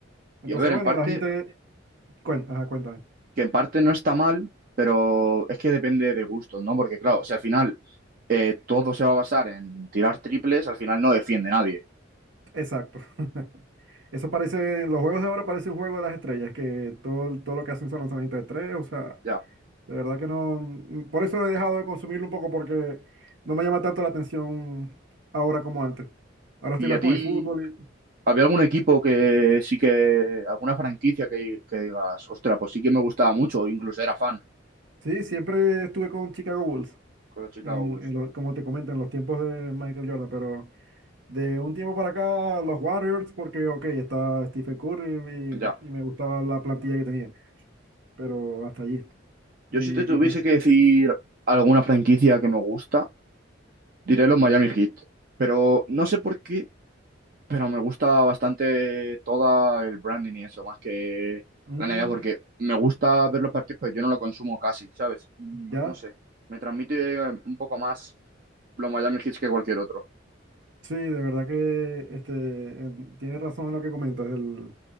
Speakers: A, on the right; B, on the right.
A: Entonces,
B: Y a ver,
A: bueno,
B: en parte,
A: la gente... cuen- ajá, cuéntame.
B: que en parte no está mal, pero es que depende de gustos, ¿no? Porque claro, si al final eh, todo se va a basar en tirar triples, al final no defiende nadie,
A: Exacto. <laughs> Eso parece, los juegos de ahora parece un juego de las estrellas, que todo, todo lo que hacen son lanzamientos de tres, o sea,
B: ya.
A: de verdad que no, mm, por eso he dejado de consumirlo un poco porque no me llama tanto la atención ahora como antes. Ahora estoy
B: ¿Y
A: más
B: a ti
A: con el fútbol y,
B: ¿Había algún equipo que sí que, alguna franquicia que, que digas, ostra, pues sí que me gustaba mucho, o incluso era fan
A: sí, siempre estuve con Chicago Bulls.
B: con los Chicago
A: en-
B: Bulls?
A: en lo- como te comento, en los tiempos de Michael Jordan, pero de un tiempo para acá, los Warriors, porque, ok, está Stephen Curry
B: Ya.
A: y, y me gustaba la plantilla que tenía, pero hasta allí.
B: Yo
A: Y,
B: si te tuviese
A: y,
B: que decir alguna franquicia que me gusta, diré los Miami Heat. Pero no sé por qué, pero me gusta bastante toda el branding y eso, más que
A: mm,
B: la NBA, porque me gusta ver los partidos, pero yo no lo consumo casi, ¿sabes? Y
A: ya,
B: no sé, me transmite un poco más los Miami Heat que cualquier otro.
A: sí, de verdad que este, en- tienes razón en lo que comentas, el,